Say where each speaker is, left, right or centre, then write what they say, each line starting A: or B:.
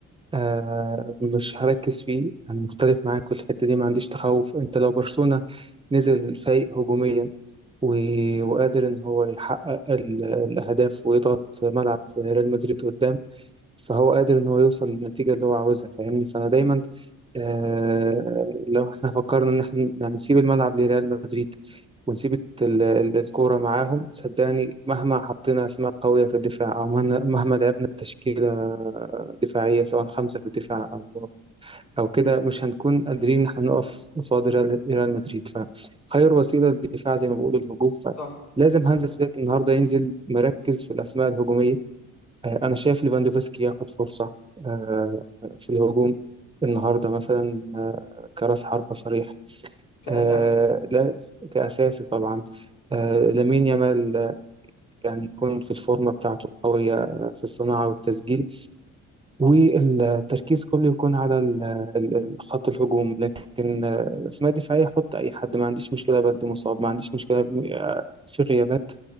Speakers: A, on the right; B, on the left.
A: آه مش هركز فيه انا مختلف معاك في الحته دي ما عنديش تخوف انت لو برشلونه نزل فايق هجوميا و... وقادر ان هو يحقق ال... الاهداف ويضغط ملعب ريال مدريد قدام فهو قادر ان هو يوصل للنتيجه اللي هو عاوزها فاهمني فانا دايما آه لو احنا فكرنا ان احنا يعني نسيب الملعب لريال مدريد ونسيب ال- ال- الكوره معاهم صدقني مهما حطينا اسماء قويه في الدفاع او مهما مهما لعبنا تشكيله دفاعيه سواء خمسه في الدفاع او او كده مش هنكون قادرين ان احنا نقف قصاد ريال ريال مدريد فخير وسيله الدفاع زي ما بقول الهجوم
B: صح
A: فلازم
B: فعلا
A: هانز فليك النهارده ينزل مركز في الاسماء الهجوميه آه، أنا شايف ليفاندوفسكي ياخد فرصة آه، في الهجوم النهاردة مثلا آه، كرأس حربة صريح
B: كأساسي
A: آه، لا كأساسي طبعا آه، لامين يامال آه، يعني يكون في الفورمة بتاعته القوية آه، في الصناعة والتسجيل والتركيز كله يكون على ال- ال- ال- خط الهجوم لكن آه، الأسماء الدفاعية حط أي حد ما عنديش مشكلة بدي مصاب ما عنديش مشكلة ب- آه، في غيابات